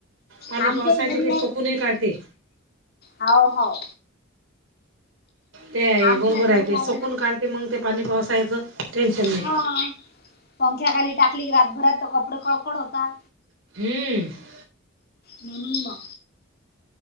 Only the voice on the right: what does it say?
पाणी
पावसाळ्याचे
ते सुकूनही काढते.
ते आहे
बरोबर
आहे ते सुकून
काढते मंग ते पाणी पावसायचं टेन्शन नाय.
हूं